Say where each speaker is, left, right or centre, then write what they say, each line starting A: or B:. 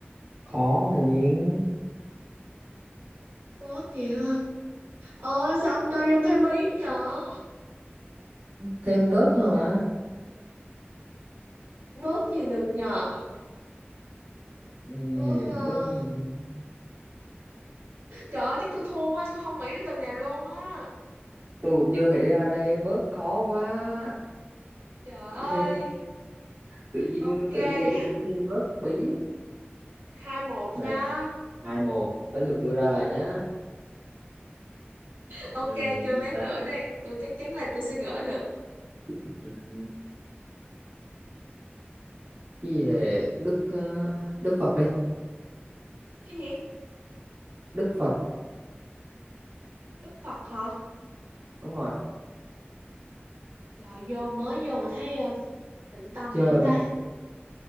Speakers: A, on the right; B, on the right.
A: khó liền
B: bớt gì hả ờ sao ông cho vô thêm ý nhở
A: thêm bớt
B: bớt
A: nữa mà
B: bớt gì được nhờ
A: ừ,
B: bớt ờ,
A: bớt gì?
B: trời ơi chắc tôi thua quá tôi không nghĩ được từ này luôn á
A: tôi cũng chưa nghĩ ra đây bớt khó quá
B: trời ơi
A: Hê, tự nhiên
B: ok
A: tự nhiên nghĩ
B: vậy
A: được cái tên bớt bí
B: hai một
A: vậy
B: nha
A: là hai một tới lượt tôi ra
B: ừ
A: rồi nhá
B: ok
A: ừ,
B: chơi
A: gì
B: ván
A: ta
B: nữa đi tôi chắc chắn là tôi sẽ gỡ được
A: ừ, cái gì hề Đức ờ, Đức Phật đi
B: cái gì
A: Đức Phật
B: đức phật hả
A: đúng rồi
B: Trời vô mới vô mà thấy ờ, tịnh tâm
A: trời
B: dữ ta